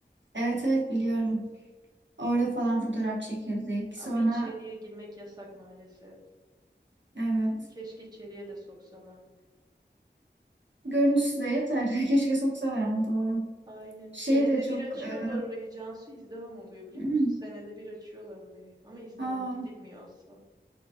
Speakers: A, on the right; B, on the right.
A: evet evet biliyorum. Orada falan fotoğraf çekildik.
B: Ama
A: Sonra
B: içeriye girmek yasak maalesef.
A: evet.
B: Keşke içeriye de soksalar.
A: Görüntüsü de yeter. <laughs> Keşke soksalar ama doğru.
B: Aynen.
A: Şey
B: Senede
A: de çok
B: bir açıyorlar
A: e,
B: orayı. Cansu izdiham oluyor
A: <clears throat>
B: biliyor musun? Senede bir açıyorlar orayı. Ama izdiham
A: aa,
B: gidilmiyor asla.